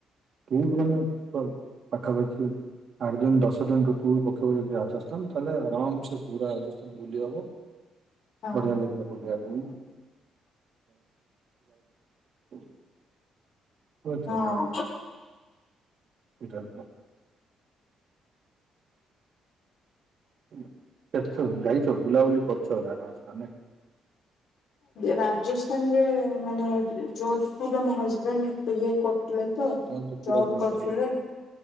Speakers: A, on the right (about 60°); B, on the left (about 70°).
A: କୋଉଠୁ ମାନେ ପଖାପାଖି ଆଠ ଦିନ ଦଶ ଦିନ ଟ ପକେଇବ ଯଦି ରାଜସ୍ଥାନ ତାହଲେ ଆରାମ ସେ ପୁରା ରାଜସ୍ଥାନ ବୁଲି
B: ହଁ।
A: ବଢିଆ ଲାଗିବ। ବୁଲିବା ପାଇଁ <unintelligible> <unintelligible>
B: ହଁ
A: <unintelligible> <unintelligible> ଯାଇଛ ବୁଲାବୁଲି କରୁଛ <unintelligible>
B: ରାଜସ୍ଥାନରେ ମାନେ ଯୋଧପୁରରେ ହଜବେଣ୍ଡ ଇଏ <unintelligible> ଥିଲେ ତ
A: ତାହେଲେ ପୁରା
B: ଜବ
A: ବୁଲିଥିବ।
B: କରୁଥିଲେ